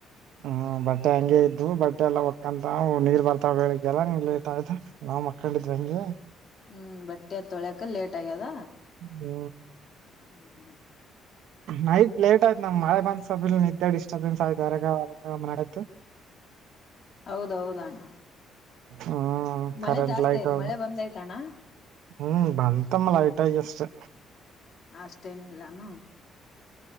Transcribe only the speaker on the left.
ಹ್ಮ್ ಬಟ್ಟೆ ತೊಳ್ಯಕ ಲೇಟ್ ಆಗ್ಯದ
<inaudible>
ಹೌದೌಹೌದ ಅಣ್ಣ
ಮಳೆ
ಜಾಸ್ತಿ
ಮಳೆ ಬಂದಯ್ತಣ್ಣ
ಅಷ್ಟೇನಿಲ್ಲಾನು